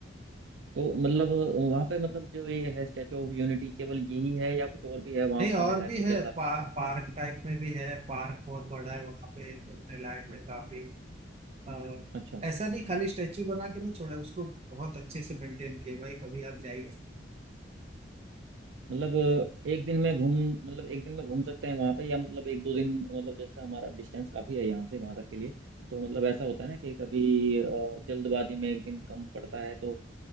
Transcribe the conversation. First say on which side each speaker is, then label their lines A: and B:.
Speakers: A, on the right; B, on the right.
A: तो मतलब वहाँ पे मतलब जो ये है स्टैचू ऑफ यूनिटी केवल यही है या कुछ और भी है वहाँ
B: नहीं
A: घूमने
B: और
A: लायक
B: भी
A: कुछ
B: है
A: ऐसा
B: पा, पार्क टाइप में भी है पार्क बहुत बड़ा है वहाँ पे घूमने लायक है काफी और
A: अच्छा
B: ऐसा नहीं खाली स्टेच्यू बना के नहीं छोड़ा उसको बहुत अच्छे से मेंटेन किया भाई कभी आप जाइए
A: मतलब एक दिन में घूम मतलब एक दिन में घूम सकते हैं वहां पे या मतलब एक दो दिन मतलब जैसा हमारा डिस्टेंस काफी है यहाँ से वहां तक के लिए तो मतलब ऐसा होता है ना कि कभी अ, जल्दबाजी में एक दिन कम पड़ता है तो